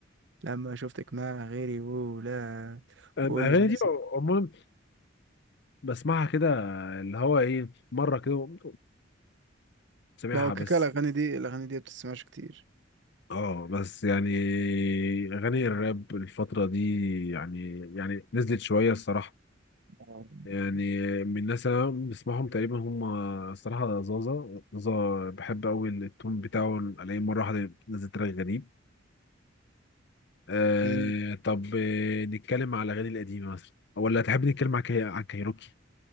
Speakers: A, on the right; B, on the left.
A: لما شفتك مع غيري ولا
B: أم-
A: وقول
B: الاغاني
A: للناس
B: دي عموما بسمعها كده اللي هو ايه مره كده سامعها
A: لا هو كاكا
B: بس
A: الأغاني دي الأغاني دي بتسمعش كتير
B: اه بس يعني اغاني الراب الفتره دي يعني يعني نزلت شويه الصراحه
A: آه.
B: يعني من الناس اللي انا بسمعهم تقريبا هم الصراحه زازا زازا بحب قوي التون بتاعه الاقيه مره واحده نزل تراك غريب آه
A: مم.
B: طب آه نتكلم على الأغاني القديمة مثلا ولا تحب نتكلم عن كي... عن كايروكي